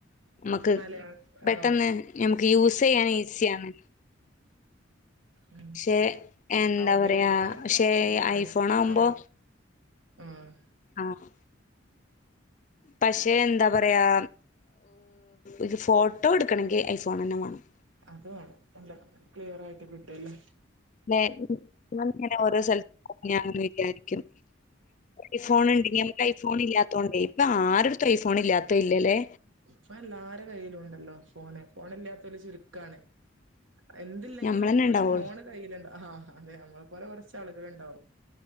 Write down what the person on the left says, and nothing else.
മ്മക്ക്
പെട്ടെന്ന്
ഞമക്ക് യൂസയ്യാൻ ഈ സ്സാണ്
പക്ഷെ എന്താ
പറയാ പക്ഷേ
ഐഫോൺ ആവുമ്പോ
ആഹ്‌ പക്ഷേ എന്താ പറയാ ഒരു ഫോട്ടോ ഇട്ക്കണങ്കിൽ ഐഫോണന്നെ വേണം
ലേ ഞാൻ ഇങ്ങനെ ഓരോ സ ല് ഞാ വിചാരിക്കും ഐഫോൺ ഇണ്ടങ്കി നമുക്ക് ഐഫോൺ ഇല്ലാത്തോണ്ടെയ് ഇപ്പൊ ആരട്ത്തും ഐഫോൺ ഇല്ലാത്തത് ഇല്ലലെ
ഞമ്മളന്നെ ഇണ്ടാവൊള്ളൂ.